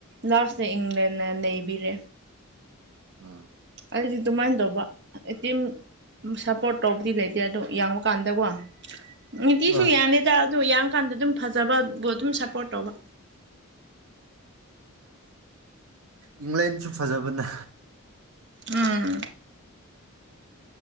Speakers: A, on the right; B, on the right.
A: ꯂꯥꯁꯇ ꯏꯪꯂꯦꯟꯅ ꯅꯩꯕꯤꯔꯦ
B: ꯎꯝ
A: ꯑꯩꯗꯤ ꯑꯗꯨꯃꯥꯏꯅ ꯇꯧꯕ ꯑꯦꯇꯤꯝ ꯁꯞꯄꯣꯔꯠ ꯇꯧꯕꯗꯤ ꯂꯩꯇꯦ ꯑꯗꯣ ꯌꯥꯡꯕꯀꯥꯟꯗꯀꯣ ꯅꯤꯇꯤꯁꯨ
B: ꯑꯥ
A: ꯌꯥꯡꯗꯦꯗ ꯑꯗꯨ ꯌꯥꯡ ꯀꯥꯟꯗ ꯑꯗꯨꯝ ꯐꯖꯕꯕꯨ ꯑꯗꯨꯝ ꯁꯞꯄꯣꯔꯠ ꯇꯧꯕ
B: ꯏꯪꯂꯦꯟꯁꯨ ꯐꯖꯕꯅꯦ
A: ꯎꯝ